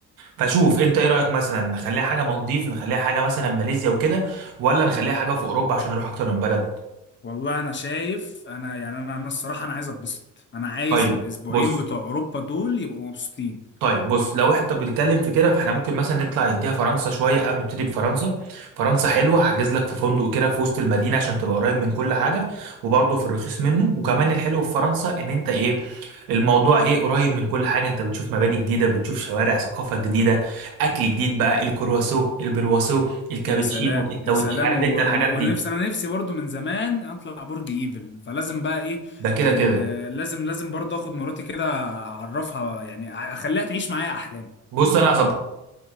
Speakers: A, on the right; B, on the left.
A: فشوف انت ايه رايك مثلا نخليها حاجه مالديف نخليها حاجه مثلا ماليزيا وكده ولا نخليها حاجه في اوروبا عشان نروح اكتر من بلد
B: والله انا شايف انا يعني انا انا الصراحة انا عايز اتبسط انا عايز
A: طيب
B: الاسبوعين
A: بص
B: بتوع اوروبا دول يبقوا مبسوطين
A: طيب بص لو احنا بنتكلم في كده فاحنا ممكن مثلا نطلع نديها فرنسا شويه او نبتدي بفرنسا فرنسا حلوه هحجز لك في فندق كده في وسط المدينه عشان تبقى قريب من كل حاجه وبرضه في الرخيص منه وكمان الحلو في فرنسا ان انت ايه الموضوع ايه قريب من كل حاجه انت بتشوف مباني جديده بتشوف شوارع ثقافه جديده اكل جديد بقى الكرواسو البرواسو الكابتشينو
B: يا سلام
A: التوتشي
B: يا سلام
A: عارف
B: و-
A: انت الحاجات دي
B: ونفسي انا نفسي برضو من زمان اطلع برج ايفل فلازم بقى ايه
A: ده كده
B: ال-
A: كده
B: لازم لازم برضو اخد مراتي كده اعرفها يعني اخليها تعيش معايا احلامي
A: بص انا هظبط